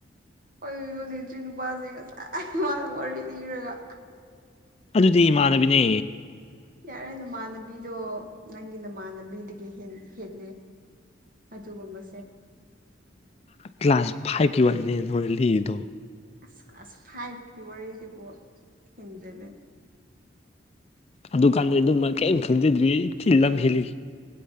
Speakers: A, on the right (about 45°); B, on the left (about 30°).
A: ꯑꯩ ꯅꯣꯅꯦꯁꯨꯔꯤ ꯅꯨꯄꯥꯁꯦ ꯉꯁꯥꯏ ꯏꯃꯅ ꯋꯥꯔꯤ ꯂꯤꯔꯒ
B: ꯑꯗꯨꯗꯤ ꯏꯃꯥꯟꯅꯕꯤꯅꯦ
A: ꯌꯥꯔꯦ ꯅꯃꯥꯟꯅꯕꯤꯗꯣ ꯅꯪꯒꯤ ꯅꯃꯥꯟꯅꯕꯤꯗꯒꯤ ꯍꯦꯂ ꯑꯗꯨꯒꯨꯝꯕ
B: ꯀ꯭ꯂꯥꯁ ꯐꯥꯏꯚꯀꯤ ꯋꯥꯔꯤꯅꯦ ꯑꯩꯅ ꯅꯉꫭꯟꯗ ꯂꯤꯏꯗꯣ
A: ꯑꯁ ꯀ꯭ꯂꯥꯁ ꯐꯥꯏꯚꯀꯤ ꯋꯥꯔꯤꯗꯨꯕꯨ ꯈꯪꯗ‌ꯦꯅ‌ꯦ
B: ꯑꯗꯨꯀꯥꯟꯗꯗꯤ ꯑꯗꯨꯝ ꯀꯔꯤꯝ ꯈꯪꯖꯗ꯭ꯔꯤ ꯏꯆꯤ ꯂꯝ ꯍꯦꯜꯂꯤ꯫